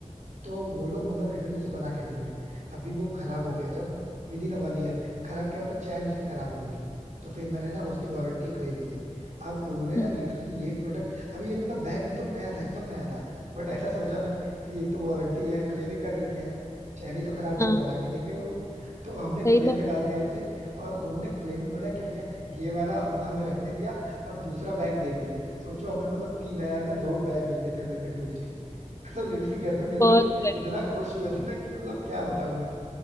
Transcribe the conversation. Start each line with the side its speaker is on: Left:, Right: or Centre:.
Right: तो वो लोग मतलब लिटरली उसे बना के देंगे अभी वो खराब हो गया जब विद इन वन ईयर खराब क्या होता चैन उसकी खराब हो गई थी तो फिर मैंने ना उसकी वारंटी क्लेम की अब उन्होंने
Left: अच्छा,
Right: ना लिटरली ये प्रोडक्ट अभी ये मतलब बैग एकदम नया था एकदम नया था बट ऐसा सोचा ना कि एक तो वारंटी है क्लेम ही कर लेते हैं चैन ही तो खराब हुआ
Left: हाँ
Right: बना के देंगे वो लोग तो हमने क्लेम
Left: सही बात
Right: में डाल दिया उसे और उन्होंने क्लेम में पता है क्या किया ये वाला मतलब हमें रखने दिया और दूसरा बैग दे दिया सोचो हमें मतलब तीन हजार में दो बैग मिल गए थे अमेरिकन टूरिस्ट के मतलब लिटरली घर पे मेरे
Left: बहुत
Right: लोग
Left: बढ़िया
Right: इतना खुश हुए थे ना कि मतलब क्या बताऊं मैं